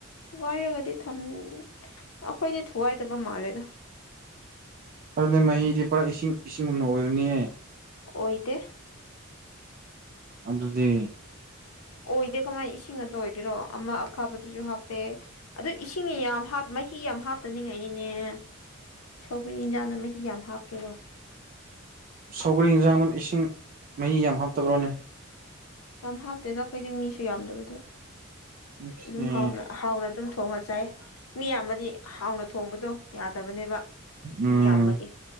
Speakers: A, on the left; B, on the right.
A: ꯊꯨꯒꯥꯏꯔꯒꯗꯤ ꯑꯩꯈꯣꯏꯗꯤ ꯊꯨꯒꯥꯏꯗꯕ ꯃꯥꯜꯂꯦꯗꯣ
B: ꯑꯗꯨꯗꯤ ꯃꯍꯤꯗꯤ ꯄꯨꯔꯥ ꯏꯁꯤꯡ ꯏꯁꯤꯡꯒꯨꯝꯅ ꯑꯣꯏꯔꯅꯤꯌꯦ
A: ꯑꯣꯏꯗꯦ
B: ꯑꯗꯨꯗꯗꯤ
A: ꯑꯣꯏꯗꯦ ꯀꯃꯥꯏꯅ ꯏꯁꯤꯡ ꯑ ꯑꯣꯏꯒꯦꯔꯣ ꯑꯃ ꯑꯈꯥꯕꯗꯨꯁꯨ ꯍꯥꯞꯄꯦ ꯑꯗꯨ ꯏꯁꯤꯡ ꯌꯥꯝ ꯃꯍꯤ ꯌꯥꯝ ꯍꯥꯞꯇꯅꯤꯡꯉꯥꯏꯅꯤꯅꯦ ꯁꯧꯒꯔꯤ ꯏꯟꯖꯥꯡꯅ ꯃꯍꯤ ꯌꯥꯝ ꯍꯥꯞꯀꯦꯔꯣ
B: ꯁꯧꯒꯔꯤ ꯌꯦꯟꯁꯥꯡ ꯑꯗꯨ ꯏꯁꯤꯡ ꯃꯍꯤ ꯌꯥꯝ ꯍꯥꯞꯇꯕ꯭ꯔꯣꯅꯦ
A: ꯌꯥꯝ ꯍꯥꯞꯇꯦꯗ ꯑꯩꯈꯣꯏꯗꯤ ꯃꯤꯁꯨ ꯌꯥꯝꯗꯕꯗꯣ
B: ꯑꯣꯀꯦ
A: ꯑꯗꯨꯝ ꯍꯥꯎꯅ ꯑꯗꯨꯝ ꯍꯣꯡꯉ ꯆꯥꯏ ꯃꯤ ꯌꯥꯝꯕꯗꯤ ꯍꯥꯎꯅ ꯊꯣꯡꯕꯗꯣ ꯌꯥꯗꯕꯅꯦꯕ
B: ꯎꯝ
A: ꯃꯤ ꯌꯥꯝꯕꯒꯤ